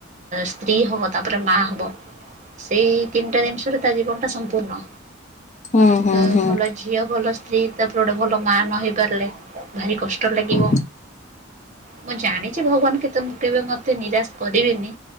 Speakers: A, on the right; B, on the left.
A: ସ୍ତ୍ରୀ ହବ, ତାପରେ ମା ହବ ସେଇ ତିନିଟା ଜିନିଷରେ ତା ଜୀବନ ଟା ସମ୍ପୂର୍ଣ୍ଣ।
B: ହୁଁ
A: ତ
B: ହୁଁ
A: ଭଲ ଝିଅ ଭଲ ସ୍ତ୍ରୀ ତାପରେ ଗୋଟେ ଭଲ ମାଁ ନ ହେଇ ପାରିଲେ ଭାରି କଷ୍ଟ ଲାଗିବ।
B: ହୁଁ
A: ମୁଁ ଜାଣିଛି ଭଗବାନ କେତେ ମୁଁ କେବେ ମତେ ନିରାଶ କରିବେନି।